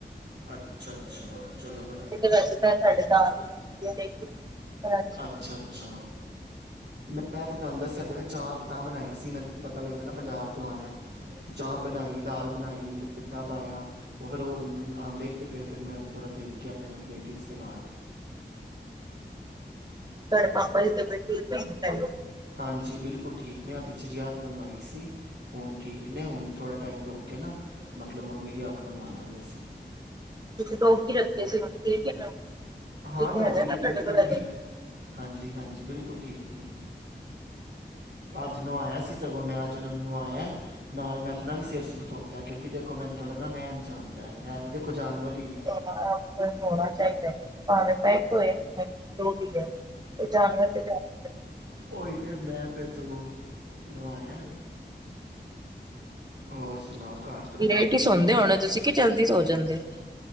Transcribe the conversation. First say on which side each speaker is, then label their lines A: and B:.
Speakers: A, on the right; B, on the right.
A: ਅੱਛਾ- ਅੱਛਾ ਚਲੋ ਵਧੀਆ।
B: ਤੇ ਵੈਸੇ ਤਾਂ ਸਾਡੇ ਦਾਲ ਹੀ ਹੁੰਦੀ ਹੈ ਹਾਂ
A: ਅੱਛਾ- ਅੱਛਾ। ਮੈਂ ਤੇ ਤੁਹਾਨੂੰ ਦੱਸਿਆ ਤੇ ਵੈ ਚਾਪ ਤਾਂ ਬਣਾਈ ਸੀ ਮੈਨੂੰ ਪਤਾ ਲੱਗਿਆ ਨਾ ਪੰਜਾਬ ਤੋਂ ਆਣਾ। ਚਾਂਪ ਬਣਾਈ ਦਾਲ ਬਣਾਈ, ਰਾਇਤਾ ਪਾਇਆ, ਉਹ ਫਿਰ ਉਹ ਆਂਦੇ ਨੀ ਪਏ ਫਿਰ, ਮੈਂ ਉ ਥੋੜਾ ਦੇਖ ਕੇ ਏਨੀ ਲੇਟ <unintelligible>
B: ਤੁਹਾਡਾ ਪਾਪਾ ਜੀ ਤਾਂ ਬਿਲਕੁਲ ਬੇਤ ਹੈਗੇ।
A: ਹਾਂਜੀ, ਬਿਲਕੁਲ ਠੀਕ ਨੇ, ਆ ਪਿੱਛੇ ਜਿਹੀ ਅੱਖ ਬਣਵਾਈ ਸੀ। ਹੁਣ ਠੀਕ ਨੇ, ਹੁਣ ਥੋੜ੍ਹਾ ਟਾਈਮ ਰੁਕ ਕੇ ਨਾ ਮੱਤਲਬ ਮੰਮੀ ਦੀ ਅੱਖ ਬਣਵਾ ਦਵਾਂਗੇ ਅਸੀਂ।
B: ਤੁਸੀਂ ਡੋਗ ਹੀ ਰੱਖਦੇ ਸੀ ਹੁਣ ਠੀਕ ਹੈ ਮੈਮ
A: ਹਾਂ,
B: ਇੱਥੇ
A: ਡੋਗੀ
B: ਹੈਗਾ
A: ਤੇ
B: ਨਾ
A: ਬਿਲਕੁਲ
B: ਤੁਹਾਡੇ ਕੋਲ ਹਜੇ
A: ਠੀਕ। ਹਾਂਜੀ- ਹਾਂਜੀ ਬਿਲਕੁੱਲ ਠੀਕ ਨੇ। ਅੱਜ ਨਵਾਇਆ ਸੀ ਸਗੋਂ ਮੈਂ ਅੱਜ। ਨਵਾਇਆ ਨਾਲ ਮੈਂ ਆਪਣਾ ਵੀ ਸਿਰ- ਸੁਰ ਧੋਤਾ ਹੈ, ਕਿਉਂਕਿ ਦੇਖੋ ਮੈਨੂੰ ਥੋੜਾ ਨਾ ਵਹਿਮ ਜਿਹਾ ਆਂਦਾ ਹੈ। ਦੇਖੋ ਜਾਨਵਰ ਈ ਏ।
B: ਹੋਣਾ ਚਾਹੀਦਾ ਹੈ, ਭਾਵੇਂ ਪੈਟ ਹੋਏ ਚਾਹੇ ਜੋ ਵੀ ਹੈ। ਜਾਨਵਰ ਤੇ ਜਾਨਵਰ
A: ਓਹੀ ਤੇ, ਮੈਂ ਫਿਰ ਸਗੌ ਨਵਾਇਆ। ਹੋਰ ਸੁਣਾਓ, ਘਰ ਪਰਿਵਾਰ
B: ਲੇਟ
A: ਤੁਹਾਡੇ
B: ਹੀ ਸੌਦੇ
A: ਵਧੀਆ?
B: ਹੋਣੇ ਤੁਸੀਂ ਕਿ
A: ਚਿਕੀ ਜਲਦੀ
B: ਸੋ ਜਾਂਦੇ
A: ਸੌ
B: ਹੋ
A: ਜਾਂਨੇ